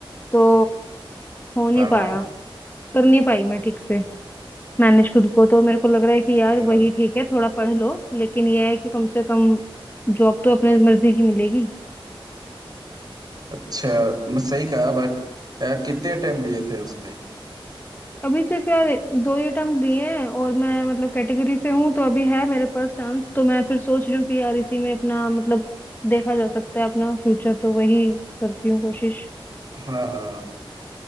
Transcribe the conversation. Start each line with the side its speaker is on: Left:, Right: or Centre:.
Left: तो हो नहीं
Right: हाँ
Left: पाया
Right: हाँ
Left: कर नहीं पाई मैं ठीक से मैनेज खुद को तो मेरे को लग रहा है कि
Right: अच्छा
Left: यार वही ठीक है थोड़ा पढ़ लो लेकिन ये है कि कम से कम जॉब तो अपने मर्जी की मिलेगी
Right: अच्छा मैं सही कहा बट कितने अटेम्प्ट दिए थे उस पे
Left: अभी सिर्फ यार दो ही अटेम्प्ट दिए हैं और मैं मतलब कैटेगरी से हूँ तो अभी है मेरे पास चांस तो मैं फिर सोच रही हूँ कि यार इसी में अपना मतलब देखा जा सकता है अपना फ्यूचर तो वही करती हूँ कोशिश
Right: हाँ हाँ